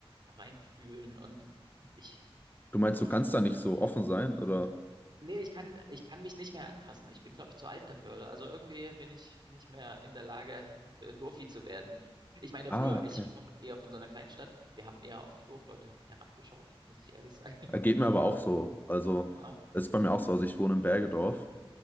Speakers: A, on the right; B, on the left.
A: reinfühlen und ich
B: Du meinst,
A: weiß nicht.
B: du kannst da nicht
A: Also,
B: so offen sein, oder?
A: nee, ich kann, ich kann mich nicht mehr anpassen. Ich bin, glaube ich, zu alt dafür. Oder? Also irgendwie bin ich nicht mehr in der Lage, äh, Dorfi zu werden. Ich meine,
B: Ah,
A: früher,
B: okay.
A: ich komme eher von so einer Kleinstadt. Wir haben eher auf die Dorfleute herabgeschaut, muss ich ehrlich sagen.
B: Äh, Geht mir aber auch so. Also,
A: <laughs>
B: es ist bei mir auch so. Also, ich wohne in Bergedorf.